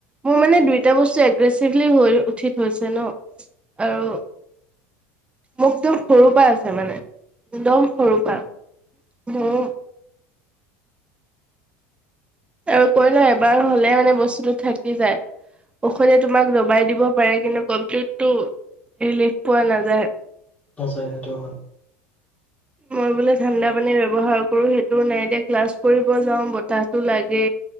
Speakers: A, on the right (about 15°); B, on the left (about 20°).
A: মোৰ মানে দুইটা বস্তু এগ্ৰেচিভলি হৈ উঠি থৈছে ন আৰু মোক একদম সৰু পৰা আছে মানে একদম সৰু পৰা মোৰ আৰু কৈ ন এবাৰ হলে মানে বস্তুটো থাকি যায় ঔষধে তোমাক দবাই দিব পাৰে কিন্তু কমপ্লিটো ৰিলিফ পোৱা নাযায় ।
B: নাযায়টো সেইটো হয়।
A: মই বোলে ঠাণ্ডা পানী ব্যৱহাৰ কৰো সেইটো নাই এতিয়া ক্লাছ কৰিব যাও বতাহটো লাগে